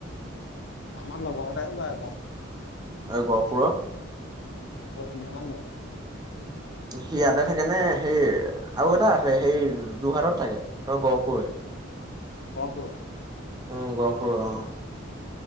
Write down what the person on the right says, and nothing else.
এ গহপুৰৰ
সি ইয়াতে থাকে নে? সেই আৰু এটা আছে সেই যোৰহাটত থাকে ত গহপুৰৰে
উম গহপুৰ অ',